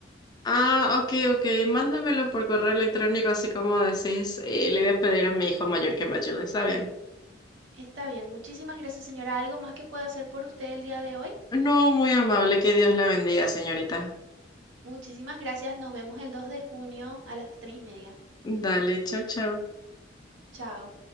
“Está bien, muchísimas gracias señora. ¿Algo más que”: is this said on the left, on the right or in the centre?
Right